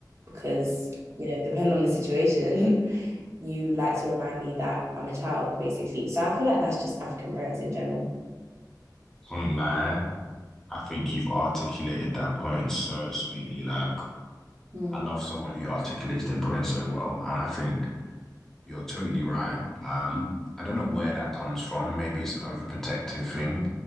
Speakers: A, on the right; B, in the centre.
A: Because, you know, depending on the situation, <laughs> you like to remind me that I'm a child, basically. So I feel like that's just African parents in general.
B: Can't lie. I think you've articulated that point so sweetly. Like,
A: Mm.
B: I love someone who articulates their point so well. And I think you're totally right. Um, I don't know where that comes from. Maybe it's an overprotective thing.